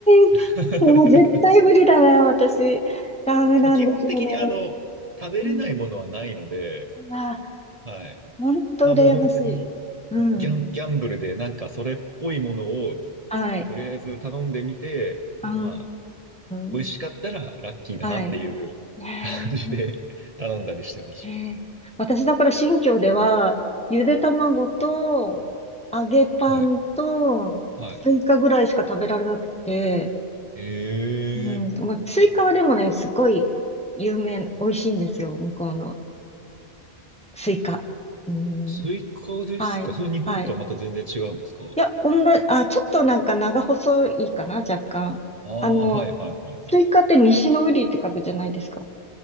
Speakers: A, in the centre; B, on the right.
A: い。
B: <laughs>
A: でも絶対無理だな、私。ダメなんですよね。
B: まあ、基本的に、あの、食べれないものはないので、
A: うん。ああ、
B: はい。
A: 本当羨ましい。
B: まあ、もう本当に、
A: うん。
B: ギャン、ギャンブルでなんかそれっぽいものを
A: はい。
B: とりあえず頼んでみて、まあ、
A: うー
B: 美味しかったらラッキーだなっていう感じで
A: ん。はい。ええ
B: <laughs> 頼んだりしてまし
A: ええ私だから新居では、ゆで卵と、揚げパンと、
B: た。はい。はい。
A: スイカぐらいしか食べられなくて、
B: ええー、
A: うん、まあ、スイカはでもね、すごい有名、美味しいんですよ、向こうのスイカ。うん、
B: スイカですかそれ日本とはまた全然違うんですか
A: はい、はい。いや、女、あ、ちょっとなんか長細いかな、若干。
B: ああー、
A: あの、
B: はいはいはいはい。
A: スイカって西の瓜って書くじゃないですか。